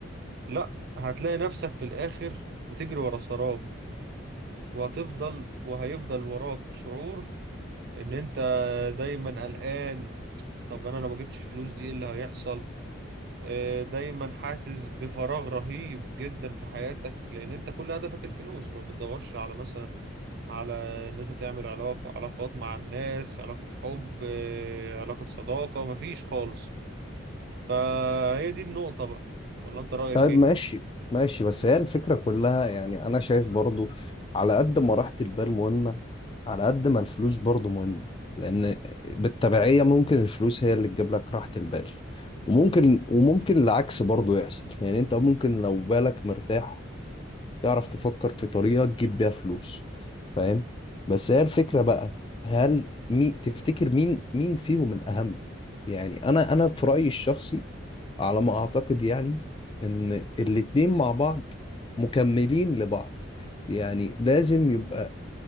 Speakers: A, on the right (about 50°); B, on the left (about 25°).
A: لا هتلاقي نفسك في الآخر بتجري ورا سراب وهتفضل وهيفضل وراك شعور ان انت دايما قلقان طب انا لو ما جبتش الفلوس دي ايه اللي هيحصل آه، دايما حاسس بفراغ رهيب جدا في حياتك لان انت كل هدفك الفلوس ما بتدورش على مثلا على ان انت تعمل علاقة علاقات مع الناس علاقة حب آه، علاقة صداقة مفيش خالص فهي دي النقطة بقى ولا انت رأيك
B: طيب
A: ايه
B: ماشي ماشي بس هي الفكرة كلها يعني أنا شايف برضو على قد ما راحة البال مهمة على قد ما الفلوس برضو مهمة لأن بالتبعية ممكن الفلوس هي اللي تجيب لك راحة البال وممكن وممكن العكس برضو يحصل يعني أنت ممكن لو بالك مرتاح تعرف تفكر في طريقة تجيب بيها فلوس فاهم بس هي الفكرة بقى هل مي تفتكر مين مين فيهم الأهم يعني أنا أنا في رأيي الشخصي على ما اعتقد يعني ان الاتنين مع بعض مكملين لبعض يعني لازم يبقى